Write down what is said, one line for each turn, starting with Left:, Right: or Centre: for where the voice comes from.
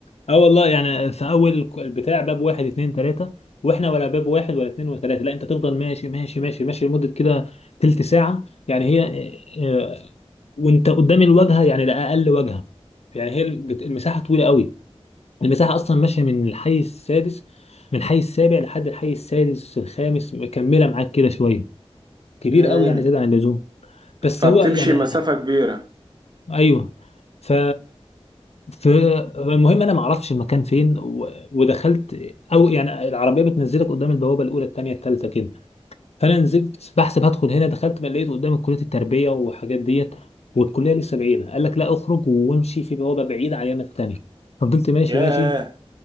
Left: اه والله يعني في اول البتاع باب واحد اتنين تلاته واحنا ولا باب واحد ولا اتنين وتلاته لا انت تفضل ماشي ماشي ماشي ماشي لمده كده تلت ساعه يعني هي آه، آه، وانت قدام الواجهه يعني ده اقل واجهه يعني هي البت- المساحه طويله قوي المساحه اصلا ماشيه من الحي السادس من الحي السابع لحد الحي السادس الخامس مكمله معاك كده شويه كبير
Right: امم
Left: قوي يعني زياده عن اللزوم بس
Right: فبتمشي
Left: هو يعني
Right: مسافة كبيرة
Left: ايوه ف ف المهم انا ما اعرفش المكان فين و... ودخلت او يعني العربيه بتنزلك قدام البوابه الاولى الثانيه الثالثه كده فانا نزلت بحسب هدخل هنا دخلت ما لقيت قدام كليه التربيه وحاجات ديت والكليه لسه بعيده قال لك لا اخرج وامشي في بوابه بعيده على اليمين الثانيه ففضلت ماشي
Right: ياه
Left: ماشي